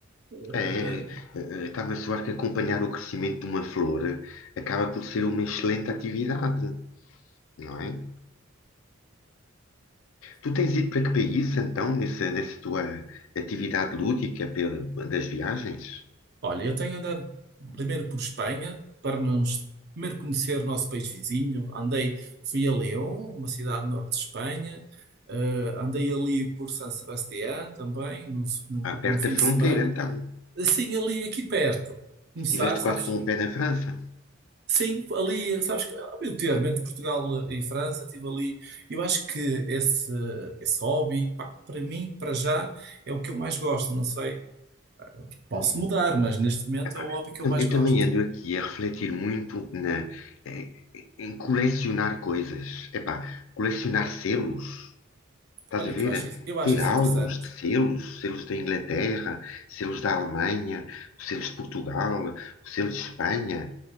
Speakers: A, on the right (about 50°); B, on the left (about 75°).
A: eh,
B: é, eh, eh, está-me a soar que acompanhar o crescimento de uma flor acaba por ser uma excelente atividade, não é? Tu tens ido para que país, então, nessa, nessa tua atividade lúdica pela- das viagens?
A: Olha, eu tenho andado primeiro por Espanha para nos primeiro conhecer o nosso país vizinho. Andei, fui a León, uma cidade do norte de Espanha. Eh, andei ali por San Sebastián também, no, no,
B: Ah,
A: num
B: perto
A: fim
B: da
A: de
B: fronteira,
A: semana.
B: então.
A: Assim, ali aqui perto. Começar,
B: Tiveste
A: sabes?
B: quase com o pé na França.
A: Sim, ali, sabes que ao meu termo, entre Portugal e França, estive ali. Eu acho que esse, esse hobby, pá, para mim, para já, é o que eu mais gosto. Não sei, posso
B: Uhum.
A: mudar, mas neste momento
B: Epá,
A: é o hobby
B: Eu
A: que
B: tam-
A: eu mais
B: eu
A: gosto.
B: também ando aqui a refletir muito na, eh, em colecionar coisas. Epá, colecionar selos, estás
A: Olha
B: a ver?
A: que eu acho isso, eu acho
B: Ter
A: isso
B: álbuns
A: interessante.
B: de selos, selos da Inglaterra, selos da Alemanha, selos de Portugal, selos de Espanha.